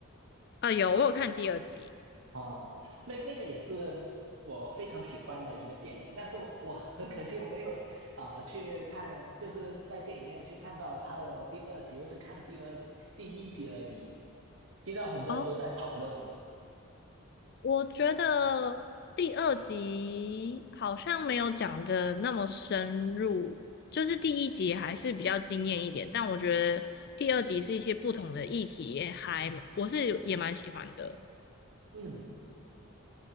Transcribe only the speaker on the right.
啊？那那个也是我非常喜欢的一个电影，但是我我很可惜我没有啊、去看，就是在电影院去看到它的第二集，我只看了第二集第一集而已。听到很多人都在讨论，
嗯。